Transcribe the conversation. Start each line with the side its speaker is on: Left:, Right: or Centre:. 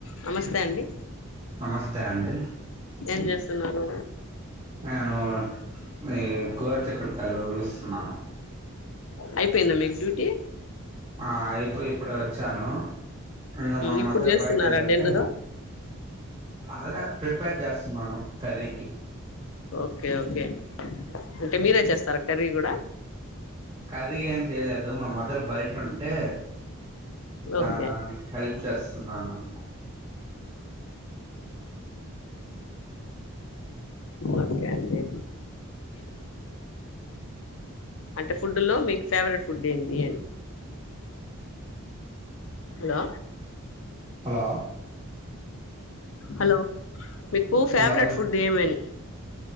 Left: నమస్తే అండి
Right: నమస్తే అండి
Left: ఏం చేస్తున్నారు
Right: నేను ఈ గిదిచ్చుకుపళ్లు ఒళ్ళుస్తున్నాను
Left: అయిపోయిందా మీకు డ్యూటీ
Right: ఆ ఇప్పుడు ఇప్పడె వచ్చాను ఇంకా మా
Left: ఇప్పుడు
Right: మదర్
Left: చేస్తున్నారా
Right: బయట వెళ్ళుంటే
Left: డిన్నరు
Right: అదే ప్రిపేర్ చేస్తున్నాను కర్రీకి
Left: ఓకే ఓకే అంటే మీరే చేస్తారా కర్రీ కూడా
Right: కర్రీ ఏం చెయలేదు మా మదర్ బయట ఉంటే దానికి
Left: ఓకే
Right: హెల్ప్ చేస్తున్నాను
Left: ఓకే అండి అంటే ఫుడ్ లో మీకు ఫేవరెట్ ఫుడ్ ఏంటి అని హలో
Right: హలో
Left: హలో మీకు ఫేవరెట్
Right: హలో
Left: ఫుడ్ ఏమని